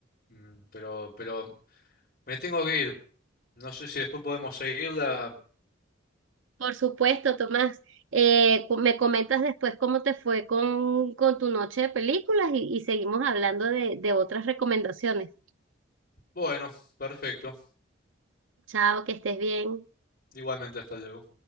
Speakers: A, on the left; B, on the right.
A: mm, pero, pero me tengo que ir. No sé si después podemos seguirla.
B: Por supuesto, Tomás, eh, co- me comentas después cómo te fue con, con tu noche de películas y, y seguimos hablando de, de otras recomendaciones.
A: Bueno, perfecto.
B: Chao, que estés bien.
A: Igualmente, hasta luego.